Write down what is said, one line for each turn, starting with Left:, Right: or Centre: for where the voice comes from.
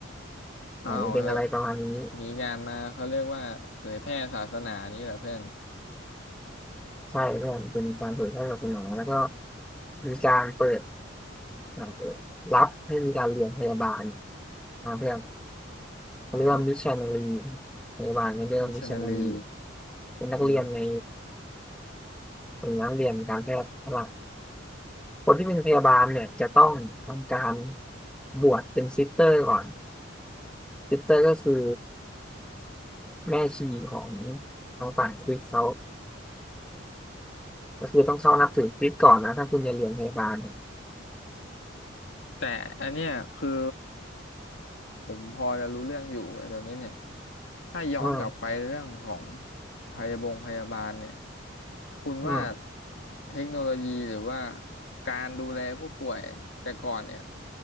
Left: อ้าวเฮ้ย
Centre: อ่ามันเป็นอะไรประมาณนี้
Left: มีงานมาเขาเรียกว่าเผยแพร่ศาสนานี้เหรอเพื่อน
Centre: ใช่เพื่อนเป็นการเผยแพร่ศาสนาแล้วก็มีการเปิดอ่าเปิดรับให้มีการเรียนพยาบาลอ่าเพื่อนเขาเรียกว่ามิชชันนารี
Left: อ๋อ
Centre: พยาบาลเนี่ยเรียกว่ามิชชันนารี
Left: มิชชันนารี
Centre: เป็นนักเรียนใน
Left: อืม
Centre: เป็นนักเรียนการแพทย์หลักคนที่เป็นพยาบาลเนี่ยจะต้องทำการบวชเป็นซิสเตอร์ก่อนซิสเตอร์ก็คือ แม่ชีของของฝั่งคริสต์เขาก็คือต้องเข้านับถือคริสต์ก่อนนะถ้าคุณจะเรียนพยาบาลอะ
Left: แต่อันเนี้ยคือ ผมพอจะรู้เรื่องอยู่ไอ้ตัวนี้เนี่ยถ้าย้อนกลับไปเรื่องของ
Centre: อืม
Left: พยาบงพยาบาลเนี่ยคุณว่า
Centre: อืม
Left: เทคโนโลยีหรือว่าการดูแลผู้ป่วยแต่ก่อนเนี่ย